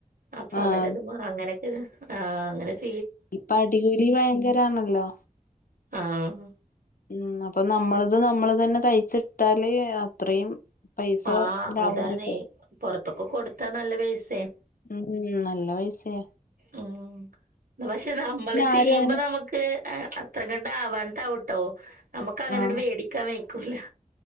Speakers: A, on the right; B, on the left.
A: അപ്പൊ
B: ആഹ്
A: അവരത് അങ്ങനെയൊക്കെ ആഹ് അങ്ങനെ ചെ
B: ഇപ്പ അടികൂലി ഭയങ്കരാണല്ലോ
A: ആഹ്
B: ഉം അപ്പൊ നമ്മളത് നമ്മള് തന്നെ തയ്ച്ചിട്ടാല് അത്രയും പൈസ
A: ആ
B: ലാഭം
A: അതാണ്
B: കിട്ടും
A: പൊർതൊക്കെ കൊട്ത്താ നല്ല പൈസ
B: ഉം നല്ല പയ്സേ
A: ഉം പക്ഷെ നമ്മൾ ചെയ്യുമ്പോ
B: ആരും അങ്ങനെ
A: നമ്ക്ക് അത്ര കണ്ട് ആവാനിട്ടാവുട്ടോ നമ്മക്ക് അങ്ങനെട്ട്
B: ആഹ്
A: വേടിക്കാൻ വെയ്ക്കൂലാ